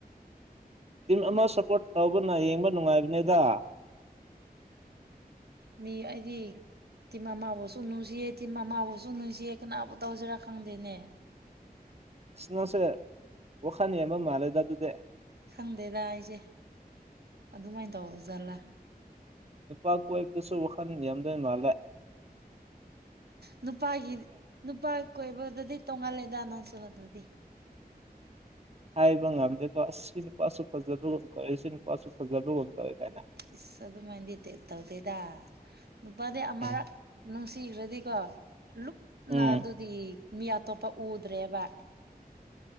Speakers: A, on the right; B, on the right.
A: ꯇꯤꯝ ꯑꯃ ꯁꯞꯄꯣꯔꯠ ꯇꯧꯕꯅ ꯌꯦꯡꯕ ꯅꯨꯡꯉꯥꯏꯕꯅꯦꯗ
B: ꯃꯤ ꯍꯥꯏꯗꯤ ꯇꯤ ꯃꯃꯥꯕꯨꯁꯨ ꯅꯨꯡꯁꯤꯌꯦꯦ ꯇꯤ ꯃꯃꯥꯕꯨꯁꯨ ꯨꯁꯤꯦ ꯀꯅꯥꯕꯨ ꯇꯧꯁꯤꯔꯥ ꯈꯪꯗꯦꯅꯦ
A: ꯁꯅꯁꯦ ꯋꯥꯈꯥꯅꯤ ꯑꯃ ꯃꯥꯂꯦꯗ ꯇꯨꯗ
B: ꯈꯪꯗꯦꯗ ꯑꯩꯁꯦ ꯑꯗꯨꯃꯥꯏꯅ ꯇꯧ ꯖꯠꯂꯥ
A: ꯅꯨꯄꯥ ꯀꯣꯏꯕꯗꯁꯨ ꯋꯥꯈꯜ ꯌꯥꯝꯗꯣꯏ ꯃꯥꯜꯂꯦ
B: ꯅꯨꯄꯥꯒꯤ ꯅꯨꯄꯥ ꯀꯣꯏꯕꯗꯗꯤ ꯇꯣꯡꯉꯥꯜꯂꯦꯗ ꯅꯪꯁꯨ ꯑꯗꯨꯗꯤ
A: ꯍꯥꯏꯕ ꯉꯝꯗꯦꯀꯣ ꯁꯤ ꯅꯨꯄꯥꯁꯨ ꯐꯖꯕꯒꯨꯝ ꯇꯧꯋꯦ ꯁꯤꯅ ꯅꯨꯄꯥꯁꯨ ꯐꯖꯕꯒꯨꯝ ꯇꯧꯋꯦ ꯀꯥꯏꯅ
B: ꯏꯁ ꯑꯗꯨ ꯃꯥꯏꯟꯗꯤ ꯇꯧꯗꯦꯗ ꯅꯨꯄꯥꯗꯤ ꯑꯃꯔꯛ
A: ꯎꯝ
B: ꯅꯨꯡꯁꯤꯈ꯭ꯔꯗꯤꯀꯣ ꯂꯨꯞꯅ
A: ꯎꯝ
B: ꯑꯗꯨꯗꯤ ꯃꯤ ꯑꯇꯣꯞꯄ ꯎꯗ꯭ꯔꯦꯕ